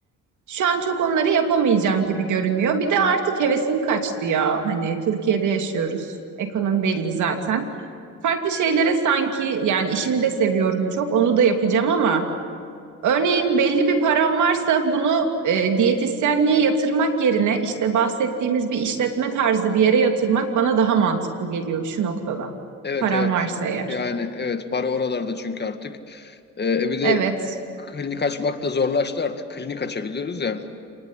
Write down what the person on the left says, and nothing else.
Evet
evet
yani evet para oralarda çünkü artık. Ee, e bir de
e, klinik açmak da zorlaştı artık klinik açabiliyoruz ya.